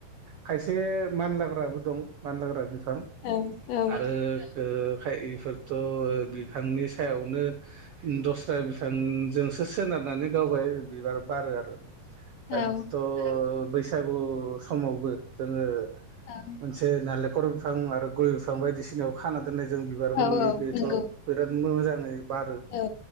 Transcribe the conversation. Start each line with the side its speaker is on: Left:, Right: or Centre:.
Right: खायसे मानलाग्राबो दं मानलाग्रा बिफां
Left: औ औ
Right: आरो ओ खाय इफोरथ' बिफांनि सायावनो दस्रा बिफांजोंसो सोनारनानै गावबाय बिबार बारो आरो दा
Left: औ
Right: बिदिथ' बैसागु समावबो जोङो
Left: <unintelligible>
Right: से नालेखर बिफां आरो गय बिफां बायदिसिनायाव खाना दोननाय जों बिबारबो
Left: औ
Right: नुयो
Left: औ
Right: बेथ'
Left: नंगौ
Right: बिराद मोजाङै बारो
Left: औ